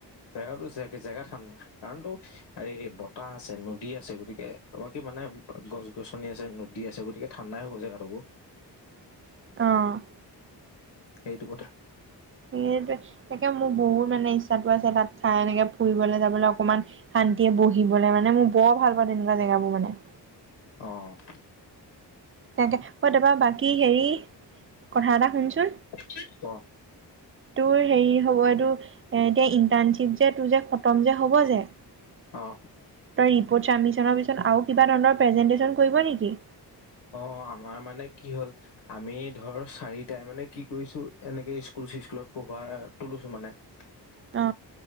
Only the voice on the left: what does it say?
জেগাতো জেগা ঠাণ্ডা কাৰণতো আৰেই বতাহ আছে নদী আছে গতিকে বাকী মানে গছ গছনি আছে নদী আছে গতিকে ঠাণ্ডাই হ'ব জেগাটোকো ।
সেইটো কথা ।
অ ।
ক
অ
অ আমাৰ মানে কি হ'ল আমি ধৰ চাৰিটাই মানে কি কৰিছো এনেকে স্কুল চিস্কুল পঢ়োৱাৰ তো লৈছো মানে ।